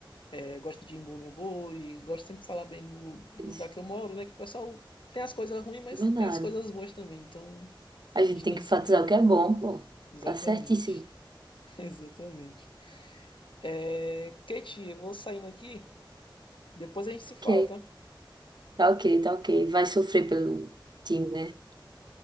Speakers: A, on the left (about 70°); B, on the right (about 55°).
A: é, gosto de impor meu boi, gosto sempre de falar bem do, do
B: isso.
A: lugar que eu moro, né? Que o pessoal tem as coisas ruins, mas
B: é Verdade.
A: tem as coisas boas também, então
B: A gente
A: a gente
B: tem
A: tem
B: que
A: que
B: enfatizar
A: sempre.
B: o que é bom, pô.
A: Exatamente,
B: Tá certíssimo.
A: <laughs> exatamente. É, Kate, eu vou saindo aqui, depois a gente se fala,
B: Ok,
A: tá?
B: tá ok, tá ok. Vai sofrer pelo time, né?